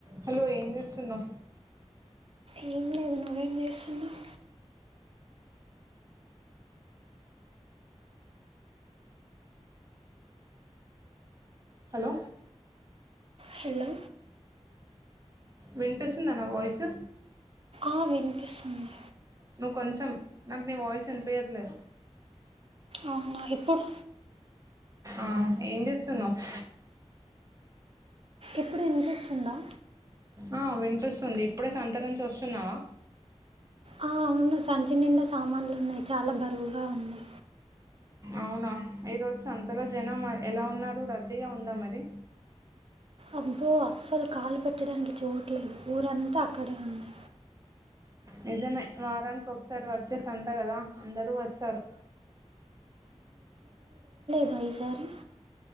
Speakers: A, on the right; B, on the right.
A: Hello ఏం చేస్తున్నా
B: ఏం లేదు నువ్వేం చేస్తున్నావ్?
A: హలో
B: హలో
A: విన్పిస్ తుందా నా వాయిస్?
B: ఆ వినిపిస్తుంది
A: నువ్వు కొంచెం నాకు నీ వాయిస్ వినిపియ్యట్లేదు.
B: అవునా ఇప్పుడు
A: ఆ ఏం చేస్తున్నావ్?
B: ఇప్పుడు ఇనిస్తుందా?
A: ఆ వినిపిస్తుంది ఇప్పుడే సంత నుంచి వస్తున్నావా?
B: ఆ అవును సంచి నిండా సామాన్లున్నాయ్ చాల బరువుగా ఉంది.
A: అవునా ఈరోజు సంతలో జనం ఎలా ఉన్నారు రద్దీగా ఉందా మరి
B: అబ్బో అస్సలు కాలు పెట్టడానికి చోట్లేదు ఊరంతా అక్కడె ఉంది.
A: నిజమే వారానికి ఒకసారి వచ్చేసంత కదా అందరూ వస్తారు.
B: రా ఈసారి